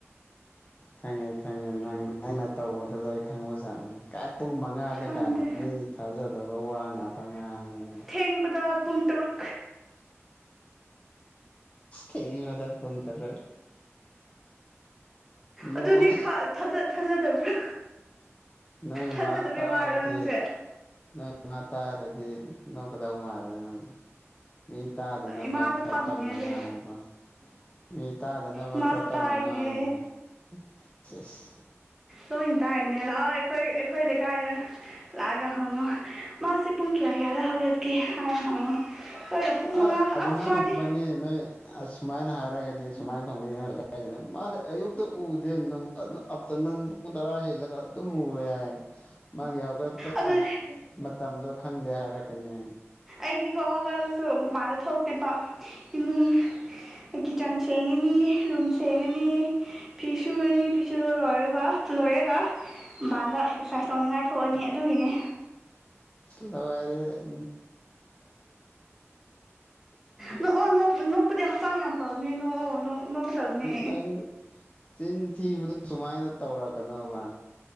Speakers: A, on the left; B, in the centre.
A: ꯈꯪꯉꯦ ꯈꯪꯉꯦ ꯅꯪ ꯅꯪꯅ ꯇꯧꯕꯗꯣ ꯂꯣꯏ ꯈꯪꯕꯖꯥꯠꯅꯤ ꯀꯥꯏ ꯄꯨꯡ ꯃꯉꯥꯗꯒ
B: ꯈꯪꯗꯦ
A: <unintelligible> ꯊꯥꯖꯗꯕ ꯋꯥ ꯉꯥꯛꯇ ꯔꯥꯡꯉꯦꯅ
B: ꯊꯦꯡꯕꯗ ꯄꯨꯡ ꯇꯔꯨꯛ
A: ꯊꯦꯡꯕꯗ ꯄꯨꯡ ꯇꯔꯨꯛ
B: ꯑꯗꯨꯅꯦ
A: ꯅꯣꯛ
B: ꯈ ꯊꯥ ꯊꯥꯖꯗꯕ꯭ꯔꯥ
A: ꯅꯣꯏ
B: ꯊꯥꯖꯗꯕꯩ
A: ꯃꯥ ꯇꯥꯔꯗꯤ
B: ꯋꯥꯔꯣ ꯅꯪꯁꯦ
A: ꯅꯣꯏ ꯃꯅꯥ ꯇꯥꯔꯗꯤ ꯅꯣꯛꯀꯗꯧ ꯃꯥꯜꯂꯦ ꯅꯪ ꯃꯤ ꯇꯥꯗꯅꯕ
B: ꯏꯃꯥꯁꯨ
A: ꯈꯔ
B: ꯐꯝꯃꯤꯅꯦꯁꯦ
A: ꯇꯞꯅ ꯉꯥꯡꯉꯨꯀꯣ ꯃꯤ ꯇꯥꯗꯅꯕ
B: ꯏꯃꯥꯁꯨ
A: ꯈꯔ ꯇꯞꯅ
B: ꯇꯥꯔꯤꯅꯦ
A: ꯉꯥꯡꯉꯨꯕ ꯁꯦꯁ
B: ꯂꯣꯏꯅ ꯇꯥꯏꯅꯦ ꯂꯥꯛꯑꯣ ꯑꯩꯈꯣꯏ ꯑꯩꯈꯣꯏ ꯂꯩꯀꯥꯏꯗ ꯂꯥꯛꯑꯒ ꯍꯪꯉꯣ ꯃꯥꯁꯤ ꯄꯨꯡ ꯀꯌꯥ ꯀꯌꯥꯗ ꯍꯧꯒꯠꯀꯦ ꯍꯥꯏꯅ ꯍꯪꯉꯣ ꯂꯣꯏꯅ ꯄꯨꯡ ꯃꯉꯥ
A: ꯑꯠ ꯑꯗꯨꯃꯥꯏ
B: ꯑꯁ ꯃꯥꯗꯤ
A: ꯈꯨꯝꯕꯅꯤ ꯅꯣꯏ ꯑꯁ ꯁꯨꯃꯥꯏꯅ ꯍꯥꯏꯔꯒꯗꯤ ꯁꯨꯃꯥꯏꯅ ꯈꯨꯝꯒꯅꯤ ꯅꯣꯏ ꯂꯩꯀꯥꯏꯗ ꯃꯥꯗꯤ ꯑꯌꯨꯛꯇ ꯎꯗꯦ ꯅꯣꯏ ꯑꯗꯨ ꯑꯞꯇꯔꯅꯨꯟ ꯄꯨꯡ ꯇꯔꯥ ꯍꯦꯜꯂꯒ ꯑꯗꯨꯝ ꯎꯋꯦ ꯍꯥꯏꯌꯦ ꯃꯥꯒꯤ ꯍꯧꯒꯠꯄꯅ
B: ꯑꯗꯨ
A: ꯃꯇꯝꯗꯣ ꯈꯪꯗꯦ ꯍꯥꯏꯔꯛꯀꯅꯤ
B: ꯑꯩꯗꯤꯀꯣ ꯍꯧꯒꯠꯂꯁꯨ ꯃꯄꯥꯟꯗ ꯊꯣꯛꯇꯦꯕ ꯏꯃꯨꯡ ꯑꯩ ꯀꯤꯠꯆꯟ ꯁꯦꯡꯉꯅꯤ ꯔꯨꯝ ꯁꯦꯡꯉꯅꯤ ꯐꯤ ꯁꯨꯔꯅꯤ ꯐꯤꯁꯨꯕ ꯂꯣꯏꯔꯕ ꯂꯣꯏꯔꯒ ꯃꯄꯥꯜꯗ ꯑꯦꯛꯁꯔꯁꯥꯏꯁ ꯇꯧꯅꯤꯡꯉꯥꯏ ꯊꯣꯛꯑꯅꯤ ꯑꯗꯨꯒꯤꯅꯤ
A: ꯂꯋꯥꯏꯔꯦ <unintelligible>
B: ꯅꯣꯛꯑꯣ ꯅꯣꯛ ꯅꯣꯛꯄꯗꯤ ꯍꯛꯆꯥꯡ ꯌꯥꯝ ꯐꯕꯅꯦ ꯅꯣꯛꯑꯣ ꯅꯣꯛꯀꯗꯕꯅꯦ
A: ꯅꯪ ꯆꯤꯟ ꯊꯤꯕꯗꯣ ꯁꯨꯃꯥꯏꯅ ꯇꯧꯔꯛꯀꯅꯣꯕ